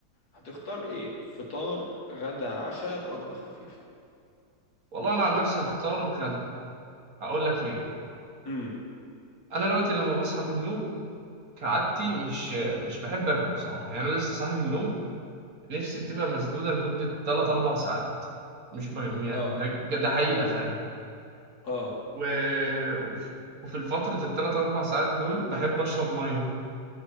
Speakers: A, on the left; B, on the right.
A: هتختار ايه فطار غدا عشاء وجبة خفيفة
B: والله أنا عن نفسي هختار الغدا هقول لك ليه
A: امم
B: أنا دلوقتي لما بصحى من النوم كعادتي مش مش بحب آكل بصراحة يعني أنا لسه صاحي من النوم نفسي بتبقى مسدودة لمدة 3 4 ساعات مش ب... يعني
A: اه
B: ده ده حقيقة فعلا
A: اه
B: و... وف- وفي فترة التلات أربع ساعات دول بحب أشرب مية